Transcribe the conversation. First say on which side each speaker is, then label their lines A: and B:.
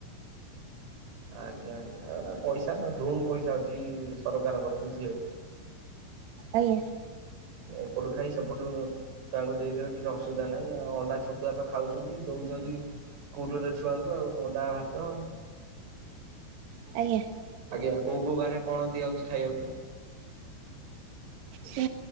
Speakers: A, on the right; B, on the right.
A: ଆଜ୍ଞା ଆଜ୍ଞା ପଇସା ଧୁମ ପଇସା ଅଛି ସରକାରଙ୍କର ବୁଝିଲେ?
B: ଆଜ୍ଞା।
A: ଏପଟୁ ଖାଇ ସେପୁଟୁ ଛୁଆଙ୍କୁ ଦେଇଦେବେ କିଛି ଅସୁବିଧା ନାହିଁ ଆଉ ଅଣ୍ଡା ଛତୁଆ ତ ଖାଉଛନ୍ତି ଦଉଛନ୍ତି। ସ୍କୁଲରେ ଛୁଆଙ୍କୁ ଆଉ ଅଣ୍ଡା ଭାତ।
B: ଆଜ୍ଞା।
A: ଆଜ୍ଞା କୋଉ ବାରେ କଣ ଦିଆ ହଉଛି ଖାଇବାକୁ?
B: ସେ